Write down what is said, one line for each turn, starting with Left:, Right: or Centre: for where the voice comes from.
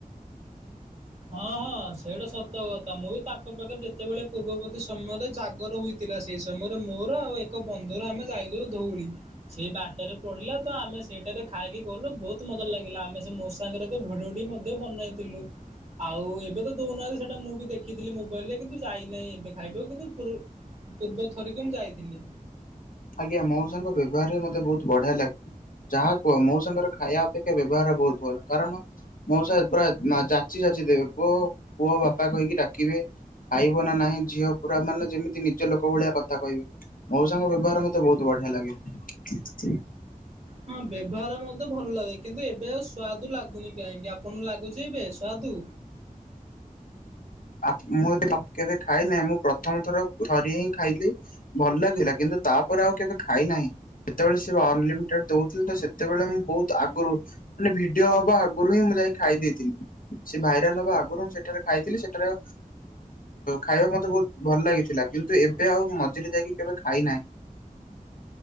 Right: ହଁ ହଁ ସେଇଟା ସତ କଥା। ମୁଁ ବି ତାଙ୍କ ପାଖରେ ଯେତେବେଳେ ପୂର୍ବବର୍ତ୍ତି ସମୟରେ ଜାଗର ହୋଇ ଥିଲା ସେଇ ସମୟରେ ମୋର ଆଉ ଏକ ବନ୍ଧୁ ର ଆମେ ଯାଇଥିଲୁ ଧଉଳି। ସେଇ ବାଟରେ ପଡିଲା ତ ଆମେ ସେଇଟାରେ ଖାଇକି ଗଲୁ ବହୁତ ମଜା ଲାଗିଲା। ଆମେ ସେ ମଉ ସା ଙ୍କର ଭିଡିଓ ଟି ମଧ୍ୟ ବନେଇଥିଲୁ। ଆଉ ଏବେ ତ ଦଉନାହାନ୍ତି ସେଟା ମୁଁ ବି ଦେଖିଥିଲି ମୋବାଇଲ ରେ କିନ୍ତୁ ଯାଇନାହିଁ ଏବେ ଖାଇବାକୁ କିନ୍ତୁ ପୂ ପୂର୍ବ ଥରିକ ମୁଁ ଯାଇଥିଲି।
Left: ଆଜ୍ଞା। ମଉସାଙ୍କ ବ୍ୟବହାରରେ ମତେ ବହୁତ ବଢିଆ ଲା ଯାହା କୁହ ମଉସା ଙ୍କର ଖାଇବା ଅପେକ୍ଷା ବ୍ୟବହାର ବହୁତ ଭଲ। କାରଣ ମଉସା ପୁରା ଯାଚି ଯାଚି ଦେବେ। ପୁଅ ପୁଅ ବାପା କହିକି ଡାକିବେ। ଖାଇବ ନା ନାହିଁ ଝିଅ ପୁରା ମାନେ ଯେମିତି ନିଜ ଲୋକ ଭଳିଆ କଥା କହିବେ। ମଉସା ଙ୍କ ବ୍ୟବହାର ମ ମତେ ବହୁତ ବଢିଆ ଲାଗେ।
Right: ହଁ ବ୍ୟବହାର ମତେ ଭଲ ଲାଗେ। କିନ୍ତୁ ଏବେ ଆଉ ସ୍ୱାଦୁ ଲାଗୁନି। କାହିଁକି ଆପଣଙ୍କୁ ଲାଗୁଚି ଏବେ ସ୍ୱାଦୁ?
Left: <unintelligible> କେବେ ଖାଇ ନାହିଁ। ମୁଁ ପ୍ରଥମ ଥର ଥରିଏ ହିଁ ଖାଇଲି। ଭଲ ଲାଗିଲା କିନ୍ତୁ ତାପରେ ଆଉ କେବେ ଖାଇନାହିଁ। ଯେତେବେଳେ ସେ ଅନଲିମିଟେଡ୍ ଦଉଥିଲେ ତ ସେତେବେଳେ ମୁଁ ବହୁତ ଆଗରୁ ମାନେ ଭିଡିଓ ହବା ଆଗରୁ ହିଁ ମୁଁ ଯାଇ ଖାଇ ଦେଇଥିଲି। ସେ ଭାଇରାଲ ହବା ଆଗରୁ ମୁଁ ସେଠାରେ ଖାଇଥିଲି। ସେ <unintelligible> ଅ ଖାଇବା ମତେ ବହୁତ ଭଲ ଲାଗିଥିଲା କିନ୍ତୁ ଏବେ ଆଉ ମଝିରେ ଯାଇକି କେବେ ଖାଇନାହିଁ।